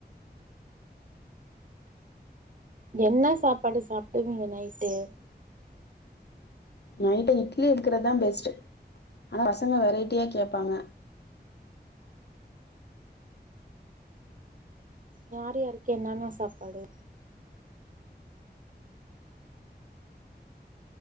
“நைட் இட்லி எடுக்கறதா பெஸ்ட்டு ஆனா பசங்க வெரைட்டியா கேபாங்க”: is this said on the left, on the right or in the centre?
Left